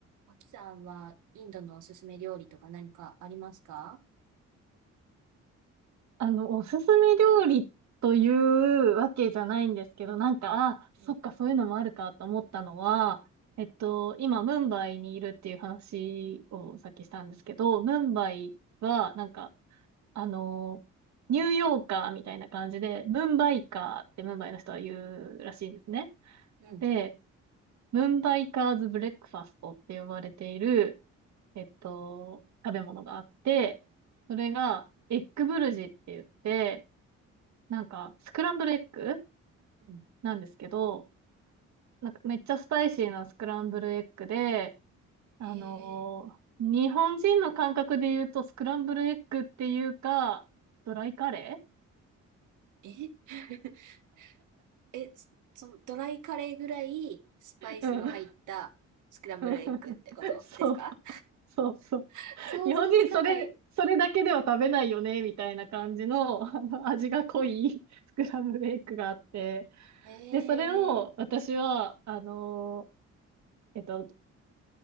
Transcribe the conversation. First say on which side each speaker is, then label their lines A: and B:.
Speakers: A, on the right; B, on the right.
A: マキさんはインドのおすすめ料理とか何かありますか
B: あの、おすすめ料理というわけじゃないんですけど、なんか、あ、そっか、
A: うん。
B: そういうのもあるかと思ったのは、えっと、今、ムンバイにいるっていう話をさっきしたんですけど、ムンバイは、なんか、あの、ニューヨーカーみたいな感じで、ムンバイカーってムンバイの人は言うらしいんですね。
A: うん。
B: で、ムンバイカーズブレックファストって呼ばれている、えっと、食べ物があって、それが、エッグブルジって言って、なんか、スクランブルエッグ
A: うん
B: なんですけど、なんかめっちゃスパイシーなスクランブルエッグで、
A: へえ。
B: あのー日本人の感覚で言うとスクランブルエッグっていうか、ドライカレ
A: え <laughs> え、そそのドライカレーぐらいスパイスの入ったスクランブルエッグってことですか
B: ー <laughs> うん。うんそう、そうそう。
A: <laughs> 想像つかない。
B: 日本人それ、それだけでは食べないよね、みたいな感じの、あの味が濃いスクランブルエッグがあって、
A: へ
B: で、それを私は、
A: え。
B: あのーえっと、